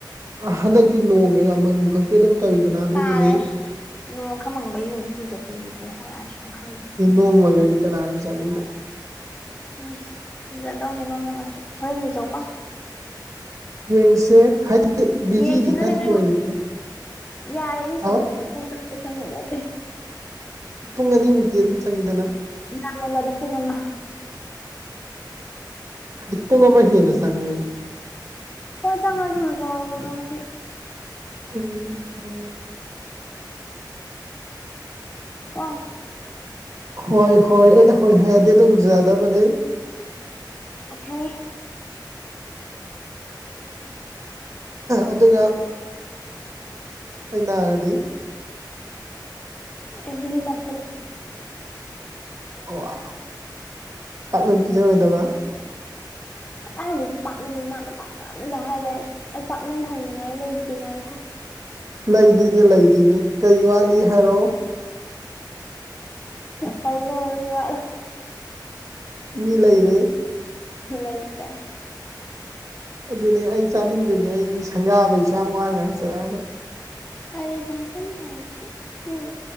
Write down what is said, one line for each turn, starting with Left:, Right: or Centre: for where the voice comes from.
Right: ꯑ ꯍꯟꯗꯛꯇꯤ ꯅꯣꯡꯒꯩꯒꯥ ꯃꯪꯕꯤ ꯈꯣꯠꯄꯤ ꯑꯗꯨꯝ ꯇꯧꯋꯤꯗꯅ ꯑꯗꯨꯒꯤꯅꯤ
Left: ꯇꯥꯔꯦ ꯅꯣꯡ ꯈꯔ ꯃꯪꯕꯩꯕꯨ ꯃꯨꯛ ꯏꯔꯨꯖꯗꯦꯌꯦ ꯀꯩ ꯍꯥꯏ ꯑꯊ꯭ꯔꯅꯣ ꯈꯪꯗꯦ
Right: ꯏ ꯅꯣꯡ ꯃꯡꯉꯗꯤ ꯀꯅꯥꯅ ꯂꯨꯖꯕꯤꯕꯥ
Left: ꯎꯝ ꯂꯨꯖꯗꯧꯅꯤ ꯅꯣꯡꯃꯡꯉꯁꯨ ꯍꯣꯔꯦꯟ ꯂꯨꯖꯧꯀꯣ
Right: ꯌꯦꯡꯁꯦ ꯍꯥꯏꯗꯤ ꯕꯤꯖꯤꯗꯤ
Left: ꯌꯦꯡꯁꯤꯅꯗꯤ
Right: ꯈꯔꯗꯤ
Left: ꯅꯣꯏ
Right: ꯑꯣꯏꯔꯤꯗꯅ
Left: ꯌꯥꯔꯦ ꯏꯔꯨꯖꯕꯗꯅꯦ
Right: ꯍꯥꯎ
Left: ꯄꯨꯡ ꯑꯦ ꯆ ꯉꯠꯇꯦ
Right: ꯄꯨꯡ ꯑꯅꯤꯃꯛꯇꯤ ꯑꯗꯨꯆꯪꯏꯗꯅ
Left: ꯏꯔꯂꯝꯝꯕꯗ ꯄꯨꯡ ꯑꯃ
Right: ꯍꯥꯏꯗꯤ ꯄꯨꯡ ꯑꯃ ꯍꯦꯟꯅ ꯆꯪꯉꯗꯤ
Left: ꯍꯣꯏ ꯆꯥꯡꯉꯂ ꯑꯗꯨ ꯆꯥꯡꯍꯧꯔꫭꯗ ꯉꯥꯁꯤ
Right: ꯎꯝ ꯎ
Left: ꯀꫭ
Right: ꯍꯣꯏ ꯍꯣꯏ ꯑꯩꯅ ꯍꯣꯏ ꯍꯥꯏꯔꯗꯤ ꯑꯗꯨꯝ ꯌꯥꯗꯕꯅꯦ
Left: ꯑꯣꯀꯦ
Right: ꯑꯗꯨꯒ ꯑꯩꯅꯗꯤ
Left: ꯑꯦ ꯒꯨꯂꯤ ꯆꯥꯁꯜꯂꯣ
Right: ꯑꯣꯑꯥ ꯄꯥꯛꯅꯝ ꯄꯤꯖꯔꯣꯏꯗꯕ
Left: ꯀꯔꯥꯏꯗꯒꯤ ꯄꯥꯛꯅꯝ ꯃꯥꯅ ꯄꯥꯛꯅꯝꯗ ꯍꯥꯏ ꯂꯩ ꯑꯩ ꯄꯥꯛꯅꯝ ꯍꯧꯅꯤꯡꯉꯥꯏ ꯂꯩꯇ꯭ꯔꯤ ꯉꯥꯏꯈꯣ
Right: ꯂꯩꯗꯣꯏꯅꯦ ꯂꯩꯗꯣꯏꯅꯦ ꯀꯩ ꯋꯥꯠꯂꯤ ꯍꯥꯏꯔꯣ
Left: ꯍꯜꯖꯕ ꯃꯤ ꯋꯥꯠꯂꯦ
Right: ꯃꯤ ꯂꯩꯔꯦ
Left: ꯂꯩꯇꯦ
Right: ꯑꯗꯨꯅꯦ ꯑꯩ ꯆꯥꯅꯤꯡꯗꯣꯏꯅꯦ ꯑꯩ ꯃꯤ ꯁꯪꯒꯥꯕꯩꯁꯨ ꯑꯁꯨꯛ ꯌꯥꯝ ꯋꯥꯅ ꯉꯥꯏꯖꯔꯛꯑꯒ
Left: ꯑ ꯄ ꯇꯝ ꯍꯖꯤ ꯎꯝ ꯎꯝ